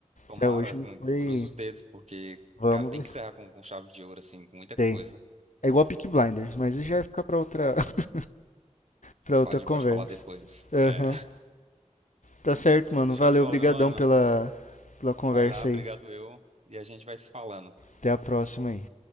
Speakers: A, on the right; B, on the left.
A: tomara,
B: Até hoje
A: com-
B: não foi.
A: cruza os dedos, porque,
B: Vamos,
A: cara, tem que encerrar com, com chave de ouro, assim, com muita
B: tem.
A: coisa.
B: É igual Peak Blinders, mas isso já vai ficar pra outra, <laughs> pra outra
A: A gente
B: conversa.
A: pode falar depois.
B: Aham.
A: É.
B: Tá certo, mano.
A: Show
B: Valeu,
A: de bola,
B: brigadão
A: meu mano.
B: pela, pela conversa
A: Vai lá, obrigado
B: aí.
A: eu. E a gente vai se falando.
B: Até a próxima aí.